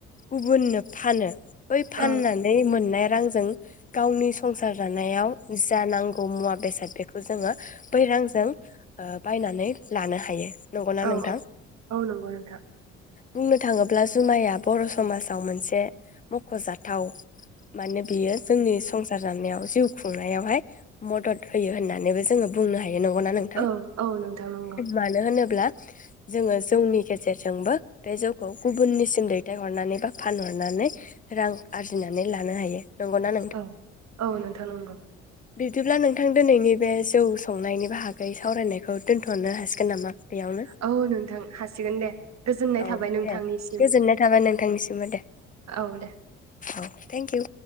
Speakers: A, on the left; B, on the right.
A: गुबुननो फानो। बै फाननानै
B: औ
A: मोननाय आरो। रांजों गावनि संसार जानायाव। जा नांगौ मुवा बेसाद बेखौ जोङो। बै रांजों बायनानै लानो हायो। नंगौना
B: औ
A: नोंथां
B: औ औ नंगौ नोंथां।
A: बुंनो थाङोब्ला जुमाया बर' समाजाव मोनसे, मख'जाथाव मानो बियो जोंनि संसार जानायाव जिउ खुंनायावहाय मदद होयो होननानैबो जोङो बुंनो हायो। नंगौ ना नोंथां?
B: औ औ नोंथां नंगौ
A: मानो होनोब अब्ला जोङो जौनि गेजेरजोंबो बे जौखौ गुबुननिसिम दैथायहरनानै बा फानहरनानै रां आरजिनानै लानो हायो। नंगौना
B: औ औ नोंथां नांगौ।
A: बिदिब्ला नोंथां दिनैनि बे जौ संनायनि बाहागै सावरायनायखौ दोनथ'नो हासिगोन नामा बेयावनो?
B: औ नोंथां हासिगोन दे गोजोननाय
A: औ
B: थाबाय नोंथांनिसिम
A: दे गोजोननाय थाबाय नोंथांनिसिमबो दे।
B: औ दे
A: औ थेंकिउ।